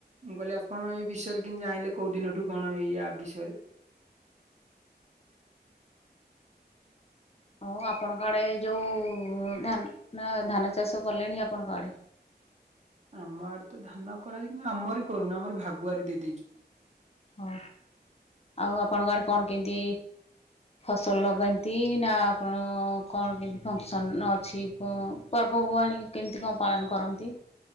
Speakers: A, on the right; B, on the left.
A: ମୁଁ କହିଲି ଆପଣ ଏଇ ବିଷୟରେ କିନ୍ତି ଜାଣିଲେ କୋଉ ଦିନଠୁ କଣ ଏଇ ଆପ୍ ବିଷୟରେ।
B: ହଉ ଆପଣଙ୍କ ଆଡ଼େ ଯୋଉ ଧାନ ନା ଧାନ ଚାଷ କଲେଣି ଆପଣଙ୍କ ଆଡ଼େ।
A: ଆମ ଆଡ଼େ ତ ଧାନ କରାଯାଇ କିନ୍ତୁ ଆମରି କରୁନୁ ଆମର ଭାଗୁଆରି ଦେଇଦେଇଚୁ।
B: ହଁ ଆଉ ଆପଣଙ୍କ ଆଡ଼େ କଣ କେନ୍ତି ଫସଲ ଲଗାନ୍ତି ନା ଆପଣ କଣ କେମିତି ଫଙ୍କସନ୍ ଅଛି ପୋ ପର୍ବପର୍ବାଣୀ କେମିତି କଣ ପାଳନ କରନ୍ତି?